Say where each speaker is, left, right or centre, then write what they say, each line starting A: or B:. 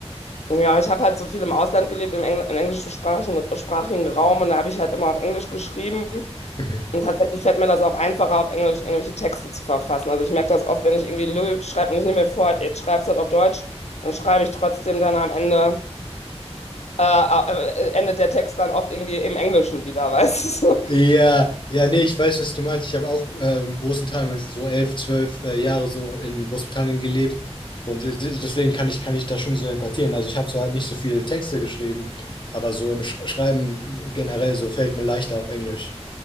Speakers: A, on the left (about 85°); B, on the left (about 45°).
A: Ja, aber ich habe halt so viel im Ausland gelebt, im, Engl im englischsprachigen sprachigen Raum und da habe ich halt immer auf Englisch geschrieben.
B: Mhm.
A: Und tatsächlich fällt mir das auch einfacher, auf Englisch irgendwelche Texte zu verfassen. Also ich merke das oft, wenn ich irgendwie Lyrik schreibe und ich nehme mir vor, jetzt schreibst du das auf Deutsch, dann schreibe ich trotzdem dann am Ende, äh, äh, äh, endet der Text dann oft irgendwie im Englischen wieder, weißt du? <laughs>
B: Ja, ja, nee, ich weiß, was du meinst. Ich habe auch äh, einen großen Teil, meines- so elf, zwölf äh, Jahre so in Großbritannien gelebt. Und äh, de- deswegen kann ich, kann ich da schon so empathieren. Also, ich habe zwar nicht so viele Texte geschrieben, aber so im Sch Schreiben generell so fällt mir leichter auf Englisch.